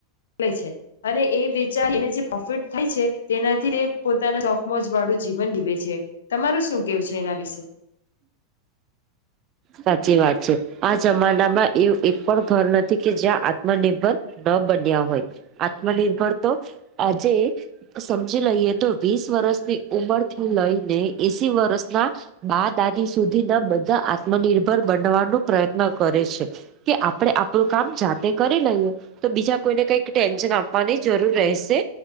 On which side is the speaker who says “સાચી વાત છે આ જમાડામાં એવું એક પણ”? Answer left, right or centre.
Right